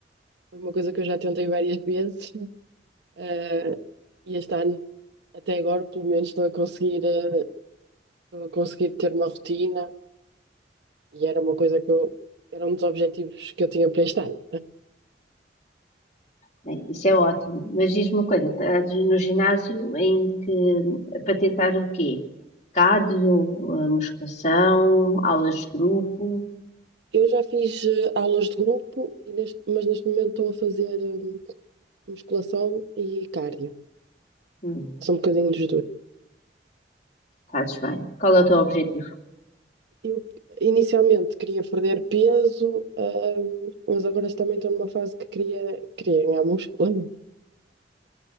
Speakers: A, on the right (about 70°); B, on the left (about 40°).
A: Foi uma coisa que eu já tentei várias vezes, eh, e este ano, até agora, pelo menos, estou a conseguir, eh, estou a conseguir ter uma rotina, e era uma coisa que eu, era um dos objetivos que eu tinha para este ano.
B: Bem, isso é ótimo, mas diz-me uma coisa, estás no ginásio em que, para tentar o quê? Cardio, ah, musculação, aulas de grupo?
A: Eu já fiz eh, aulas de grupo, e neste- mas neste momento estou a fazer eh, musculação e cardio.
B: Hum.
A: São um bocadinho dos dois.
B: Fazes bem. Qual é o teu objetivo?
A: Eu inicialmente queria perder peso, ahm, mas agora também estou numa fase que queria, queria ganhar músculo.